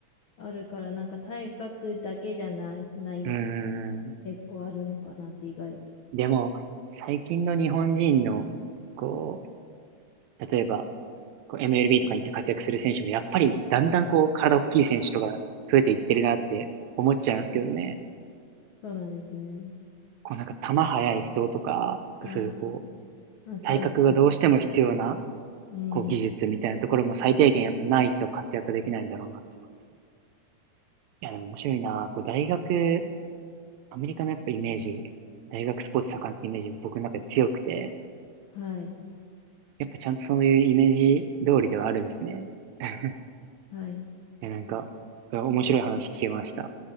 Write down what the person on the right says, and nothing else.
うーん。
でも、最近の日本人の、こう、例えば、こう MLB とかに行って活躍する選手も、やっぱりだんだんこう、体大きい選手とか増えていってるなって思っちゃいますけどね。
こうなんか球速い人とか、
そういうこう、
体格がどうしても必要な、
こう技術みたいなところも最低限やっぱないと活躍できないんだろうなって思いますね。いや、でも面白いな。こう大学、アメリカのやっぱイメージ、大学スポーツ盛んってイメージ僕の中で強くて、
やっぱちゃんとそういうイメージ通りではあるんですね。<laughs>
え、なんか、面白い話聞けました。